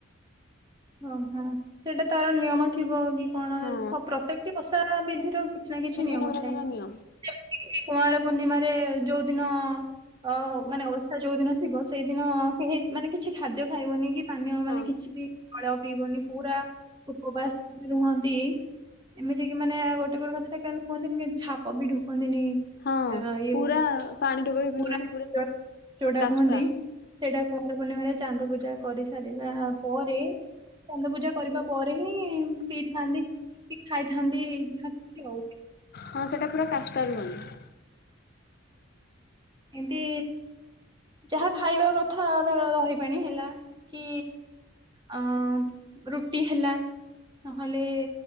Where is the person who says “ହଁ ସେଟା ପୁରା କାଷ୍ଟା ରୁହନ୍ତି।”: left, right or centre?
Left